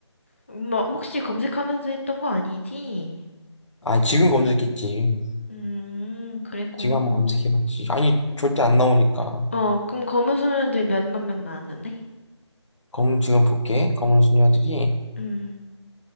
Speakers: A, on the left; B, on the left.
A: 엄마 혹시 검색하면서 했던 거 아니지?
B: 아, 지금 검색했지.
A: 음, 그랬구만.
B: 지금 한번 검색해봤지. 아니, 절대 안 나오니까.
A: 어, 그럼 검은소년들 몇만 명 나왔는데?
B: 검, 지금 볼게. 검은 수녀들이,
A: 음,